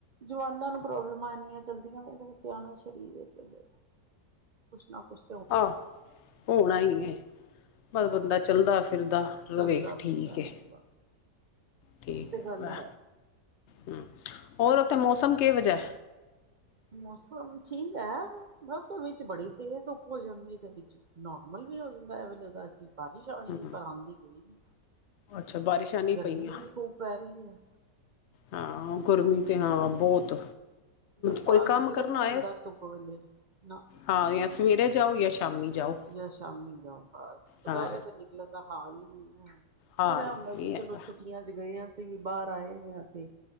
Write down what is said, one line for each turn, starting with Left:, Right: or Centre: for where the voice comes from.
Right: ਜਵਾਨਾਂ ਨੂੰ ਪ੍ਰੋਬਲਮਾਂ ਇਨੀਆਂ ਚਲਦੀਆਂ ਵੇ, ਸਿਆਣਾ ਸਰੀਰ ਤੇ ਫੇਰ। ਕੁੱਛ ਨਾ ਕੁੱਛ
Left: ਆਹੋ ਹੋਣਾ ਹੀ ਹੈ, ਬਸ
Right: ਹਾਂ
Left: ਬੰਦਾ ਚੱਲਦਾ ਫਿਰਦਾ
Right: ਚੱਲਦਾ
Left: ਰਹਵੇ
Right: ਫਿਰਦਾ
Left: ਠੀਕ
Right: ਰਹੇ
Left: ਹੈ
Right: ਬਸ
Left: ਠੀਕ
Right: ਉਤੇ
Left: ਹੈ
Right: ਗੱਲ
Left: ਵੈ। ਹਮ ਹੋਰ ਉੱਥੇ ਮੌਸਮ ਕਿਹੋ ਜਿਹਾ?
Right: ਮੌਸਮ ਠੀਕ ਹੈ, ਬਸ ਵਿੱਚ ਬੜੀ ਤੇਜ਼ ਧੁੱਪ ਹੋ ਜਾਂਦੀ ਤੇ ਵਿੱਚ। ਨੋਰਮਲ ਵੀ ਹੋ ਜਾਂਦਾ ਹੈ, ਇਹ ਵੇਲੇ ਬਾਅਦ? ਕਿ ਬਾਰਿਸ਼ ਆਉਣੀ
Left: ਹੂੰ
Right: ਹੈ, ਪਰ ਆਉਂਦੀ ਕੋਈ ਨਹੀਂ,
Left: ਅੱਛਾ ਬਾਰਿਸ਼ਾਂ ਨਹੀਂ
Right: ਗਰਮੀਂ
Left: ਪਈਆਂ।
Right: ਵੀ ਖੂਬ ਪੈ ਰਹੀ ਹੈ।
Left: ਹਾਂ ਗਰਮੀਂ ਤੇ ਹਾਂ ਬਹੁਤ।
Right: ਪਰ
Left: ਕੋਈ
Right: ਬਾਹਰ
Left: ਕੰਮ
Right: ਨਿਕਲਣ
Left: ਕਰਨਾ
Right: ਨਹੀਂ
Left: ਹੋਏ
Right: ਹੁੰਦਾ ਧੁੱਪ ਵੇਲੇ ਨਾ।
Left: ਹਾਂ ਜਾਂ ਸਵੇਰੇ ਜਾਓ, ਜਾਂ ਸ਼ਾਮੀ ਜਾਓ।
Right: ਜਾਂ ਸ਼ਾਮੀ ਜਾਓ, ਬਸ ਦੁਪਹਿਰੇ
Left: ਹਾਂ
Right: ਤੇ ਨਿਕਲਣ ਦਾ ਹਾਲ ਹੀ ਨਹੀਂ ਹੈ।
Left: ਹਾਂ
Right: ਫਿਰ ਇਹ ਹੁੰਦਾ, ਕਿ ਚਲੋ
Left: ਹੈਗਾ।
Right: ਛੁੱਟੀਆਂ ਛੁੱਟੀਆਂ ਚੱ ਗਏ, ਅਸੀ ਵੀ ਬਾਹਰ ਆਏ ਹੋਏ, ਉੱਥੇ